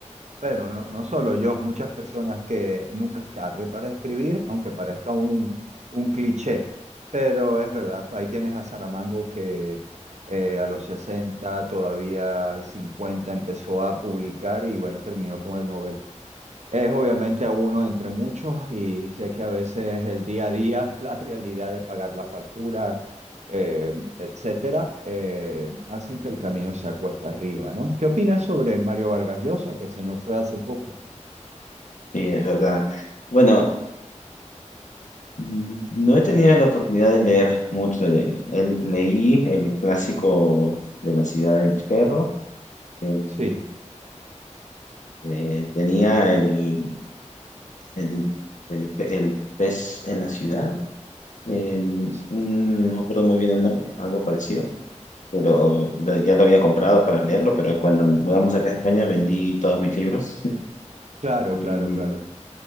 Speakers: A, on the right (about 65°); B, on the left (about 80°).
A: pero no, no solo yo, muchas personas que nunca es tarde para escribir, aunque parezca un, un cliché, pero es verdad, ahí tienes a Saramango que eh, a los 60 todavía 50 empezó a publicar y bueno, terminó con el Nobel. Es obviamente uno entre muchos y sé que a veces el día a día, <laughs> la realidad de pagar la factura, eh, etcétera, eh, hacen que el camino sea cuesta arriba, ¿no? ¿Qué opinas sobre Mario Vargas Llosa, que se nos fue hace poco?
B: Sí, es verdad. Bueno, mm, no he tenido la oportunidad de leer mucho de él. Él- leí el clásico de la ciudad de los perros. el-
A: Sí,
B: eh, tenía el, el, el, pe- el pez en la ciudad. el-
A: sí,
B: un- no me acuerdo muy bien el nombre, algo parecido. Pero lo- ya lo había comprado para leerlo, pero cuando nos mudamos acá a España vendí todos mis libros. <laughs>
A: claro,
B: Y
A: claro, claro.